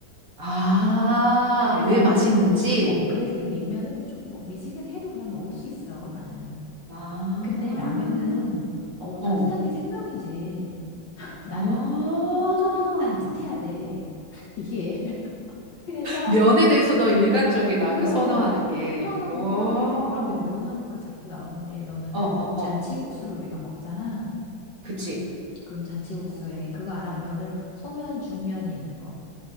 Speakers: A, on the right (about 45°); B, on the left (about 70°).
A: 아,
B: 그래서,
A: 왜 맛있는지?
B: 어, 그래서 이 냉면은 조금 뭐 미지근해도 그냥 먹을 수 있어, 나는.
A: 아,
B: 근데 라면은, 어우,
A: 어.
B: 따뜻한 게 생명이지. 나는
A: 아.
B: 퍼져도 따뜻해야 돼. <laughs> 이게. <laughs> 그래서,
A: 면에 대해서 너 일관적이다.
B: 그럼
A: 그 선호하는 게.
B: 그럼 또 하나
A: 오.
B: 궁금한 게 있는데 그러면 면 하니까 자꾸 나오는데 너는
A: 어, 어,
B: 그 잔치국수를
A: 어.
B: 우리가 먹잖아.
A: 그치.
B: 그럼 잔치국수에
A: 어.
B: 그거 알아? 면을 소면, 중면이 있는 거.